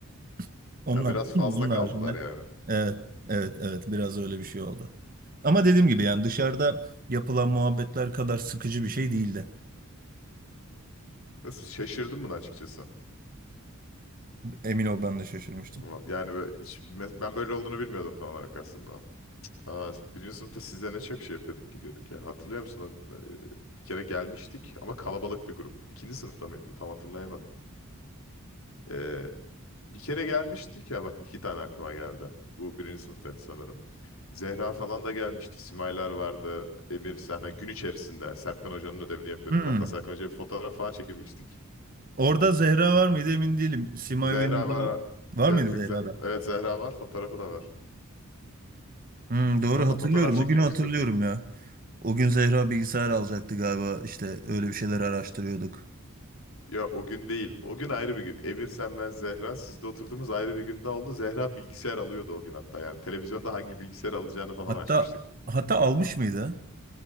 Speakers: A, on the right (about 40°); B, on the left (about 70°).
A: <laughs> Onlar
B: Ya biraz fazla
A: onun
B: kaldılar
A: haricinde
B: yani.
A: evet evet evet biraz öyle bir şey oldu. Ama dediğim gibi yani dışarıda yapılan muhabbetler kadar sıkıcı bir şey değildi.
B: Biraz Şaşırdım buna açıkçası.
A: Emin ol ben de şaşırmıştım.
B: Ama Yani böyle hiç- me- ben böyle olduğunu bilmiyordum tam olarak aslında. Aa, birinci sınıfta size ne çok şey yapıyorduk gidiyorduk ya. Hatırlıyor musun? O, e, Bir kere gelmiştik ama kalabalık bir grup. İkinci sınıfta mıydı? bu? Tam hatırlayamadım. Ee, bir kere gelmiştik ya bak iki tane aklıma geldi. Bu birinci sınıftaydı sanırım. Zehra falan da gelmişti. Simaylar vardı. Emir Sahne gün içerisinde Serkan Hoca'nın ödevini yapıyorduk.
A: Hmm.
B: Hatta Serkan Hoca'ya bir fotoğraf falan çekilmiştik.
A: Orada Zehra var mıydı emin değilim. Simay
B: Zehra
A: ve Nida
B: var.
A: var
B: Yok
A: mıydı Zehra'da?
B: yok Zehra. Evet Zehra var. Fotoğrafı da var.
A: Hmm, doğru
B: Orada
A: hatırlıyorum.
B: fotoğraf çekilmişiz
A: O günü hatırlıyorum
B: hep.
A: ya. O gün Zehra bilgisayar alacaktı galiba. İşte öyle bir şeyler araştırıyorduk.
B: Ya o gün değil. O gün ayrı bir gün. Emir sen ben Zehra. Sizde oturduğumuz ayrı bir günde oldu. Zehra bilgisayar alıyordu o gün hatta. Yani televizyonda hangi bilgisayar alacağını falan
A: Hatta
B: açmıştık.
A: hatta almış mıydı?